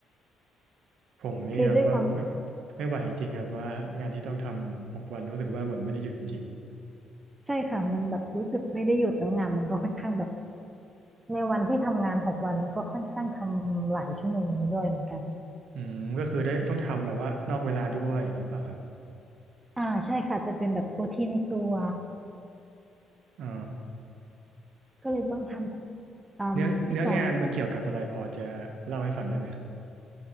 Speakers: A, on the right (about 75°); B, on the right (about 20°).
A: ผมนี่แบบว่าไม่
B: คือด้วยความ
A: ไม่ไหวจริงๆแบบว่างานที่ต้องทำหกวันรู้สึกว่าเหมือนไม่ได้หยุดจริง
B: ใช่ค่ะมันแบบรู้สึกไม่ได้หยุดแล้วงานมันก็ค่อนข้างแบบในวันที่ทำงานหกวันมันก็ค่อนข้างทำหลายชั่วโมงด้วยเหมือนกัน
A: ๆอืมก็คือได้ต้องทำแบบว่านอกเวลาด้วยอย่างเงี้ยเปล่าครับ
B: อ่าใช่ค่ะจะเป็นแบบโอทีในตัว
A: อ๋อ
B: ก็เลยต้องทำแบบตามสิบสองชั่วโมง
A: เนื้อเนื้องานมาเกี่ยวกับอะไรพอจะเล่าให้ฟังได้ไหมครับ